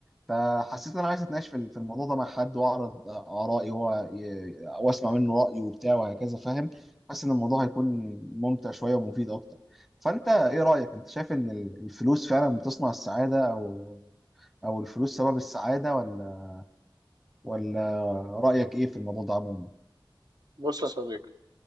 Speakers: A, in the centre; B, on the right.
A: فحسيت ان انا عايز اتناقش في في الموضوع ده مع حد واعرض ارائي وهو ي- واسمع منه رايه وبتاع وهكذا فاهم حاسس ان الموضوع هيكون ممتع شويه ومفيد اكتر فانت ايه رايك انت شايف ان ال- الفلوس فعلا بتصنع السعاده او او الفلوس سبب السعاده ولا ولا رايك ايه في الموضوع ده عموما
B: بص يا صديقي